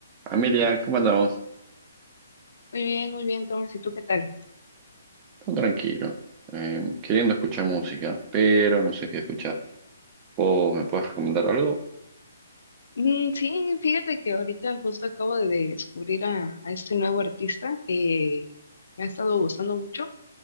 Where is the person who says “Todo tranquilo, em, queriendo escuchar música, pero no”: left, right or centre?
Right